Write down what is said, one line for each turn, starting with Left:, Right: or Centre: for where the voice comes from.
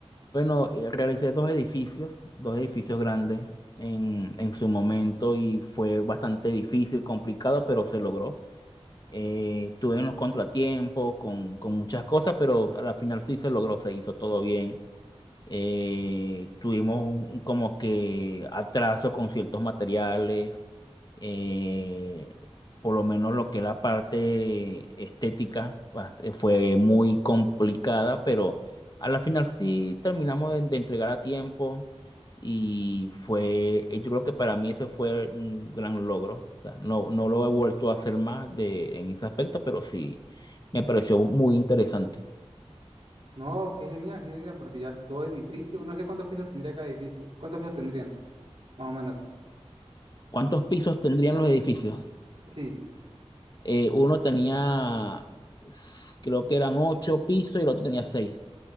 Left: Bueno, eh, realicé dos edificios, dos edificios grandes en, en su momento y fue bastante difícil, complicado, pero se logró. Eh, tuve unos contratiempos con, con muchas cosas, pero al final sí se logró, se hizo todo bien eh, tuvimos un- como que atraso con ciertos materiales, eh, por lo menos lo que es la parte estética bast- eh, fue muy complicada, pero a la final sí terminamos de, de entregar a tiempo y fue, eh, yo creo que para mí eso fue un gran logro. O sea, no, no lo he vuelto a hacer más de, en ese aspecto, pero sí me pareció muy interesante.
Right: No, qué genial, qué genial, porque ya es dos edificios, no sé cuántos pisos tendría cada edificio. ¿Cuántos pisos tendrían? Más o menos.
Left: ¿Cuántos pisos tendrían los edificios?
Right: Sí.
Left: Eh, uno tenía, s- creo que eran ocho pisos y el otro tenía seis.